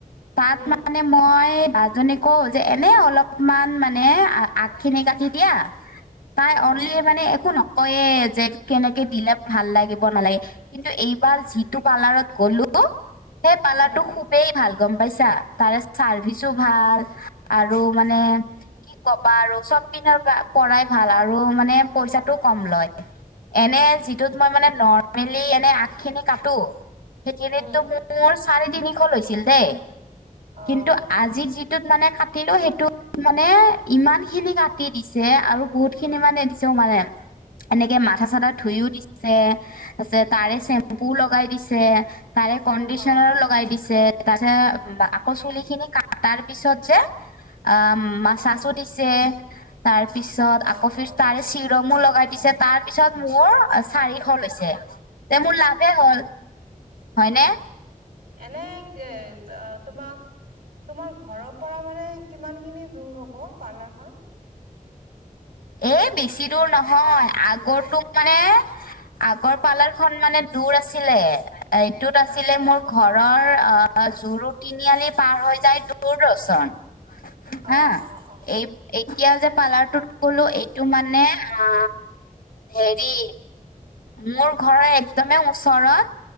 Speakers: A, on the left; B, on the right.
A: তাত
B: হম
A: মানে মই বা জনীক কও যে, এনে অলপমান মানে আ আগ খিনি কাটি দিয়া। তাই
B: হম
A: অনলি মানে একো ন কয়ে যে কেনেকে দিলে ভাল লাগিব নালাগে। কিন্তু, এইবাৰ যিটো পাৰ্লাৰত গ'লো সেই পালাৰটো
B: হম
A: খুবেই ভাল, গম পাইছা? তাৰে চাৰ্ভিচো ভাল আৰু মানে কি ক'বা আৰু চ'ব পিনৰ পৰা পৰাই ভাল আৰু মানে পইচাটো কম লয়। এনে যিটো তোমাৰ মানে নৰ্মেলি এ' আগখিনি কাটো, সেইখিনিতটো
B: হুম,
A: মোৰ চাৰি তিনিশ লৈছিল দেই।
B: অ',
A: কিন্তু আজিৰ যি টোত মানে কাটিলো সেইটো মানে ইমান খিনি কাটি দিছে আৰু বহুত খিনি মানে দিছেও মানে। এনেকে মাথা চাথা ধুইও দিছে।
B: হুম,
A: তাৰে
B: হুম,
A: চেম্পু লগাই দিছে। তাৰে কণ্ডিচনাৰো
B: অ',
A: লগাই দিছে। তাৰপিছত চুলি খিনি কটাৰ পিছত যে আ মাচাছো
B: হুম,
A: দিছে। তাৰ পিছ আকৌ
B: অ',
A: ফ্ৰীৰ্ছ
B: অ',
A: তাৰে চিৰামো লগাই দিছে, তাৰ পিছত মোৰ চাৰিশ লৈছে। তেন্তে মোৰ লাভে
B: অ',
A: হ'ল। হয়নে?
B: এনেই এ তোমাক তোমাৰ ঘৰৰ পৰা মানে কিমান খিনি দূৰ হব পাৰ্লাৰ খন?
A: এ বেছি দূৰ নহয়। আগৰতো মানে আগৰ পাৰ্লাৰ খন মানে দূৰ আছিলে। এইটোত
B: হুম,
A: আছিলে মোৰ ঘৰৰ আঁহ জুৰু তিনিআলি পাৰ হৈ যাই দূৰদৰচন।
B: অ',
A: হাঁ।
B: অ', অ',
A: এই এতিয়া যে পাৰ্লাৰ টো কলো এইটো মানে আঁ হেৰি মোৰ ঘৰৰ একদমেই ওচৰত।